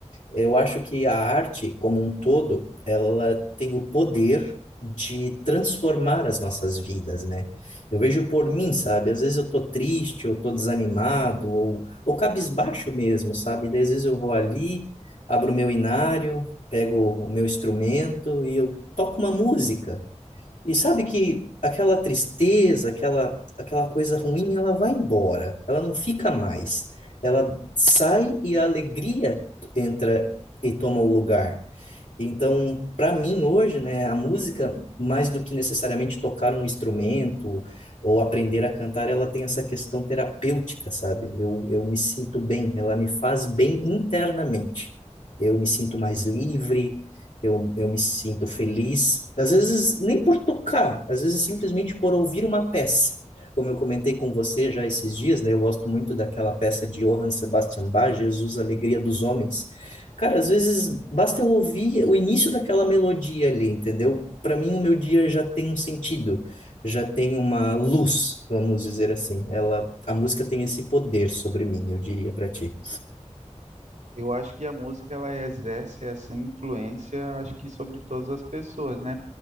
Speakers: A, on the left; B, on the right.
A: Eu acho que a arte, como um todo, ela tem o poder de transformar as nossas vidas, né? Eu vejo por mim, sabe? Às vezes eu tô triste, ou tô desanimado, ou, ou cabisbaixo mesmo, sabe? Daí às vezes eu vou ali, abro o meu inário, pego o meu instrumento e eu toco uma música. E sabe que aquela tristeza, aquela, aquela coisa ruim, ela vai embora, ela não fica mais. Ela sai e a alegria entra e toma o lugar. Então, para mim hoje, né, a música, mais do que necessariamente tocar um instrumento ou aprender a cantar, ela tem essa questão terapêutica, sabe? Eu, eu me sinto bem, ela me faz bem internamente. Eu me sinto mais livre, eu, eu me sinto feliz. Às vezes, nem por tocar, às vezes simplesmente por ouvir uma peça. Como eu comentei com você já esses dias, né, eu gosto muito daquela peça de Johann Sebastian Bach, Jesus, Alegria dos Homens Cara, às vezes basta eu ouvir o início daquela melodia ali, entendeu? Para mim, o meu dia já tem um sentido, já tem uma luz, vamos dizer assim. Ela, a música tem esse poder sobre mim, eu diria para ti.
B: Eu acho que a música ela exerce essa influência, acho que sobre todas as pessoas, né?